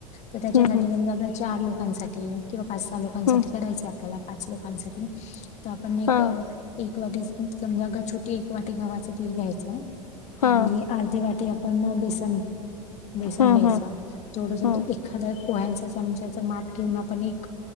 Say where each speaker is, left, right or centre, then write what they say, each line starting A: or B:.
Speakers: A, on the left; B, on the left.
A: तर त्याच्यासाठी
B: हम्म हम्म
A: समजा चार लोकांसाठी किंवा पाच, सहा लोकांसाठी
B: हम्म
A: करायच आपल्याला पाच लोकांसाठी तर आपण एक
B: हा
A: एक वाटी समजा अग छोटी एक वाटी गव्हाच पीठ घ्यायचं
B: हा
A: आणि अर्धी वाटी पण बेसन बेसन
B: हम्म
A: घ्यायच
B: हम्म
A: थोडसच
B: हं
A: एखाद्या पोह्यांचा चमचा माप घेऊन आपण एक